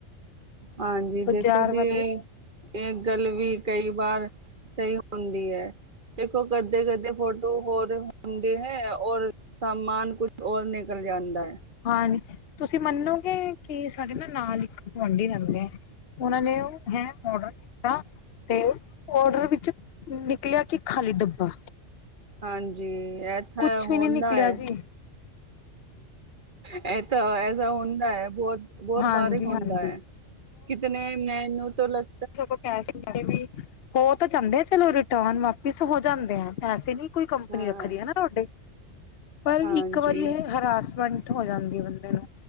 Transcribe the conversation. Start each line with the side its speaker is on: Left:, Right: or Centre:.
Right: ਹਾਂਜੀ
Left: ਬਾਜ਼ਾਰ
Right: ਦੇਖੋ ਜੀ,
Left: ਵਾਲੇ
Right: ਇਹ ਗੱਲ ਵੀ ਕਈ ਵਾਰ ਸਹੀ ਹੁੰਦੀ ਹੈ, ਦੇਖੋ ਕਦੇੇ -ਕਦੇ ਫੋਟੋ ਹੋਰ ਹੁੰਦੇ ਹੈ ਔਰ ਸਾਮਾਨ ਕੁਝ ਔਰ ਨਿਕਲ ਜਾਂਦਾ ਹੈ
Left: ਹਾਂਜੀ, ਤੁਸੀਂ ਮੰਨੋਗੇ ਕਿ ਸਾਡੇ ਨਾਲ ਇੱਕ ਗੁਆਂਢੀ ਰਹਿੰਦੇ ਹੈ ਉਹਨਾਂ ਨੇ ਹੈ ਆਰਡਰ ਕੀਤਾ ਤੇ ਆਰਡਰ ਵਿੱਚ ਨਿਕਲਿਆ ਕੀ ਖਾਲੀ ਡੱਬਾ
Right: ਹਾਂਜੀ, ਇਥੇ
Left: ਕੁਛ
Right: ਹੋਣ
Left: ਵੀ ਨੀ ਨਿਕਲਿਆ
Right: ਦਾ ਹੈ
Left: ਜੀ
Right: ਇਹ ਤਾਂ ਐਸਾ ਹੁੰਦਾ ਹੈ ਬਹੁਤ ਬਹੁਤ
Left: ਹਾਂਜੀ
Right: ਵਾਰੀ ਹੁੰਦਾ
Left: ਹਾਂਜੀ
Right: ਹੈ, ਕਿਤਨੈ ਮੈਨੂੰ ਤੋਂ ਲਗ
Left: ਗੋਂ ਪੈਸੇ ਵੀ, ਹੋ ਤਾਂ ਜਾਂਦੇ ਆ ਚਲੋ ਰਿਟਰਨ ਵਾਪਿਸ ਹੋ ਜਾਂਦੇ ਆ ਪੈਸੇ ਨੀ ਕੋਈ ਕੰਪਨੀ
Right: ਹਾਂ
Left: ਰੱਖਦੀ ਹੈ ਨਾ ਤੁਹਾਡੇ, ਪਰ
Right: ਹਾਂਜੀ
Left: ਇੱਕ ਵਾਰੀ ਇਹ ਹਰਾਸਮੈਂਟ ਹੋ ਜਾਂਦੀ ਹੈ ਬੰਦੇ ਨੂੰ,